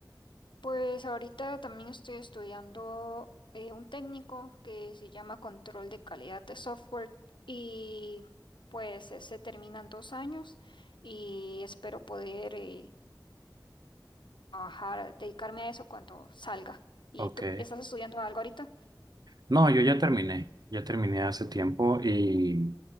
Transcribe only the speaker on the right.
Ok.
No, yo ya terminé, ya terminé hace tiempo y